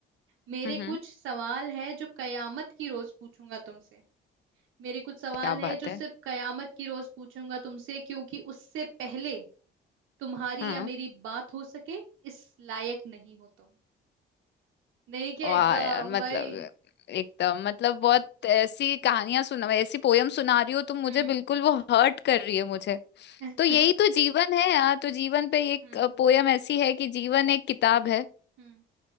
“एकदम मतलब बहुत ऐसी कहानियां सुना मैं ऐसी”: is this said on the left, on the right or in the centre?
Left